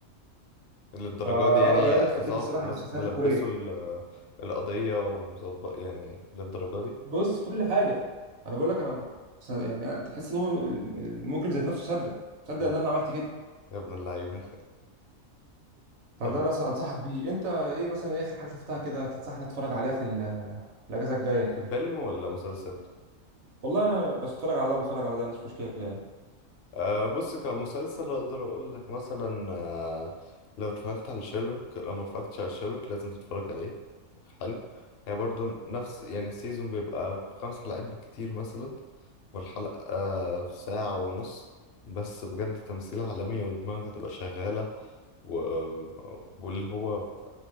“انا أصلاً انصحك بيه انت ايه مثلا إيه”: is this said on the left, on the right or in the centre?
Right